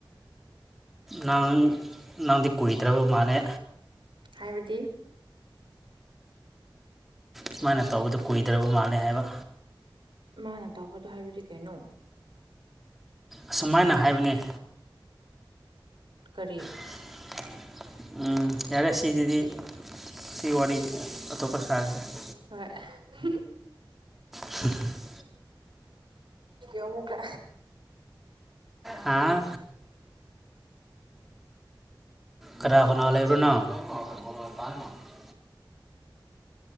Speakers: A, in the centre; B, on the right.
A: ꯅꯪ ꯅꯪꯗꯤ ꯀꯨꯏꯗ꯭ꯔꯕ ꯃꯥꯜꯂꯦ
B: ꯍꯥꯏꯕꯗꯤ
A: ꯁꯨꯃꯥꯏꯅ ꯇꯧꯕꯗ ꯀꯨꯏꯗ꯭ꯔꯕ ꯃꯥꯜꯂꯦ ꯍꯥꯏꯕ
B: ꯃꯥꯅ ꯇꯧꯕꯗꯣ ꯍꯥꯏꯕꯗꯤ ꯀꯩꯅꯣ
A: ꯑꯁꯨꯃꯥꯏꯅ ꯍꯥꯏꯕꯅꯤ
B: ꯀꯔꯤ
A: <inaudible> ꯎꯝ ꯌꯥꯔꯦ ꯁꯤꯗꯗꯤ ꯁꯤ ꯋꯥꯔꯤꯗꯤ ꯑꯇꯣꯞꯄ ꯁꯥꯔꯁꯦ
B: ꯍꯣꯏ
A: <unintelligible>
B: ꯑꯃꯨꯛꯀ
A: ꯑꯥ ꯀꯅꯥ ꯀꯅꯥ ꯂꯩꯕ꯭ꯔꯣꯅꯣ <unintelligible>